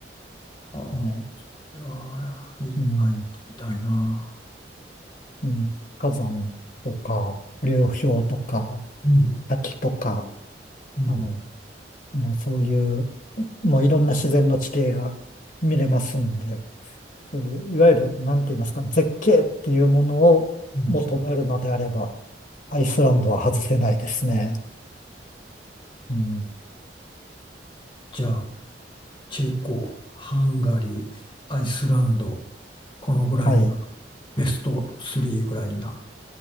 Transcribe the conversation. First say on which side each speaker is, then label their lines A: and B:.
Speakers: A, on the left (about 30°); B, on the left (about 45°).
A: ああ、こ
B: え、ね、
A: れは、一回見てみたいな。
B: うん、うん、火山とか、流氷とか、
A: うん
B: 滝とか、
A: うん、
B: あの、あのそういう、もういろんな自然の地形が見れますんで、そういう、いわゆる、なんて言いますか、絶景っていうものを求めるのであれば、
A: うん
B: アイスランドは外せないですね。うん、
A: じゃあ、チェコ、ハンガリー、アイスランド、このぐらいが
B: はい。う
A: ベスト3ぐらいな